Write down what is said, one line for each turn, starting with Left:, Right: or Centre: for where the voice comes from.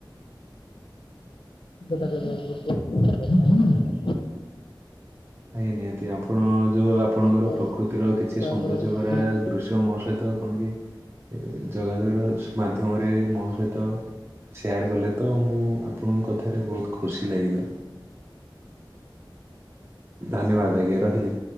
Left: ଯେତେ କଥା କୁ <unintelligible>
Right: ଆଜ୍ଞା ନିହାତି ଆପଣ ଯେଉଁ ଆପଣଙ୍କର
Left: ଛୋଟ
Right: ପ୍ରକୃତିର କିଛି
Left: ଛୁଆଙ୍କର
Right: ସୌନ୍ଦର୍ଯ୍ୟ
Left: ବୁଦ୍ଧି
Right: ଭରା ଦୃଶ୍ୟ ମୋ ସହିତ କଣ କି ଯୋଗାଯୋଗ ମାଧ୍ୟମରେ ମୋ ସହିତ ସେୟାର୍ କଲେ ତ ମୁଁ ଆପଣଙ୍କ କଥାରେ ବହୁତ ଖୁସି ଲାଗିଲା ଧନ୍ୟବାଦ ଆଜ୍ଞା ରହିଲି